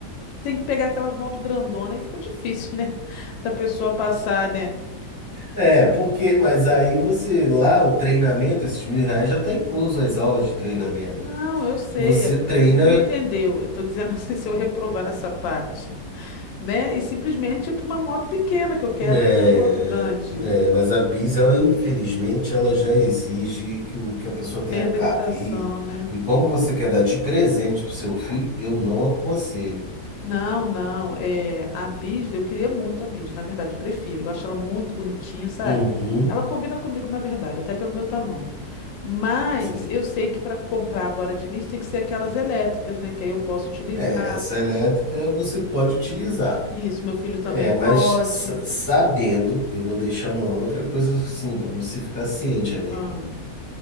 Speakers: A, on the left; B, on the left.
A: tem que pegar aquelas motos grandonas e fica difícil, né? <laughs> Da pessoa passar, né?
B: É, porque, mas aí você, lá o treinamento, esses mil reais já está incluso as aulas de treinamento.
A: Não, eu sei,
B: Você
A: amigo.
B: treina,
A: Você que não entendeu. Eu tô dizendo assim, <laughs> se eu reprovar nessa parte, né? E simplesmente é para uma moto pequena que eu quero.
B: é,
A: Eu não quero moto grande,
B: é, mas a Bis, ela infelizmente, ela já exige que, o, que a pessoa
A: que
B: tenha
A: tem habilitação,
B: carta. E,
A: né?
B: e como você quer dar de presente para o seu filho, eu não aconselho.
A: Não, não. É, a Bis, eu queria muito a Bis. Na verdade, eu prefiro. Eu acho ela muito bonitinha, sabe?
B: Uhum,
A: Ela combina comigo, na verdade, até pelo meu tamanho. Mas
B: sim.
A: eu sei que para comprar agora de início tem que ser aquelas elétricas, né? Que aí eu posso utilizar.
B: É, essa elétrica você pode utilizar.
A: Isso, meu filho também
B: É, mas
A: pode.
B: sa- sabendo, eu vou deixar uma outra coisa assim para você ficar ciente, amiga.
A: Ah,